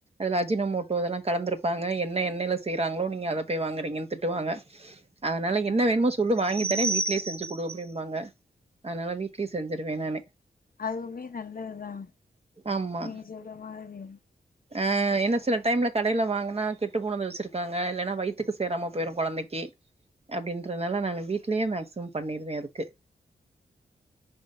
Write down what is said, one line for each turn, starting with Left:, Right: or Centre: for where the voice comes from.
Right: அது அஜினனம் மோட்டோ அதெல்லா கலந்திருப்பாங்க என்ன எண்ணெயில செய்யறாங்களோ நீங்க அத போய் வாங்குறீங்கன்னு திட்டுவாங்க அதனால என்ன
Left: ஆமா
Right: வேணுமோ சொ இத்தனே வீட்லயே செஞ்சு குடு அப்டிம்பாங்க அதனால வீட்லயே செஞ்சிருவே நானு
Left: அதுமே நல்லதுதா
Right: ஆமா
Left: நீங்க சொல்ற மாதிரி
Right: ஆ என்ன சில டைம்ல கடைல வாங்கனா கெட்டு போனத வச்சுருக்காங்க இல்லன்னா வயித்துக்கு சேராம போயிரு கொழந்தைக்கு அப்டின்ற அதனால நா வீட்லயே மேக்சிமம் பண்ணிருவே அதுக்கு